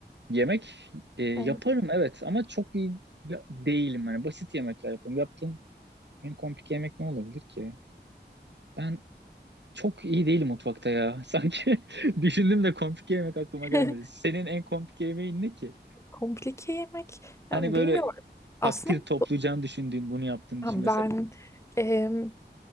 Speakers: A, on the right; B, on the left.
A: Yemek e, yaparım
B: Evet.
A: evet ama çok iyi ya- değilim. Hani basit yemekler yapıyorum. Yaptığım en komplike yemek ne olabilir ki? Ben Çok iyi değil mutfakta ya. Sanki <laughs> düşündüm de komplike yemek aklıma
B: <laughs>
A: gelmedi. Senin en komplike yemeğin ne ki?
B: Komplike yemek.
A: Hani
B: Yani
A: böyle
B: bilmiyorum.
A: takdir
B: Aslında
A: toplayacağını düşündüğün bunu yaptığın
B: Ha,
A: için mesela
B: Ben em,